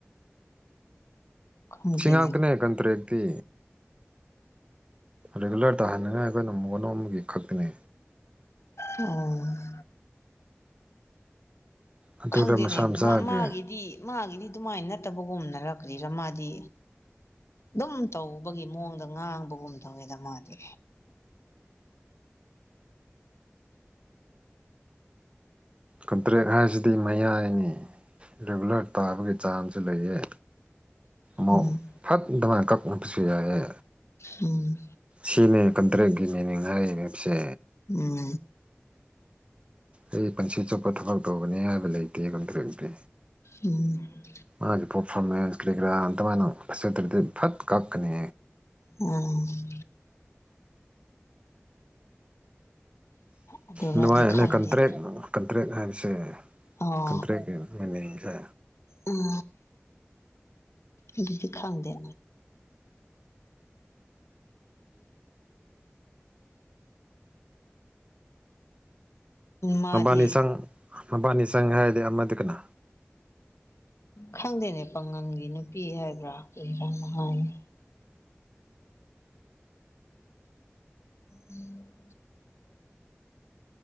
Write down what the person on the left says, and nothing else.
ꯈꯪꯗꯦꯅꯦ
ꯑꯣ
ꯈꯪꯗꯦꯅꯦ
ꯃꯥ ꯃꯥꯒꯤꯗꯤ ꯃꯥꯒꯤꯗꯤ ꯑꯗꯨꯃꯥꯏꯅ ꯅꯠꯇꯕꯒꯨꯝꯅꯔ ꯀꯔꯤꯔ ꯃꯥꯗꯤ ꯗꯨꯝ ꯇꯧꯕꯒꯤ ꯃꯑꯣꯡꯗ ꯉꯥꯡꯕꯒꯨꯝ ꯇꯧꯋꯦꯗ ꯃꯥꯗꯤ
ꯎꯝ
ꯎꯝ
ꯎꯝ
ꯎꯝ
ꯎꯝ ꯑꯗꯨꯔꯗꯤ
ꯈꯪꯗꯦ
ꯑꯣ
ꯎꯝ ꯑꯗꯨꯗꯤ ꯈꯪꯗꯦ ꯃꯥꯗꯤ
ꯈꯪꯗꯦꯅꯦ ꯄꯥꯡꯉꯜꯒꯤ ꯅꯨꯄꯤ ꯍꯥꯏꯕ꯭ꯔꯥ ꯀꯏꯔ ꯑꯃ ꯍꯥꯏꯌꯦ ꯎꯝ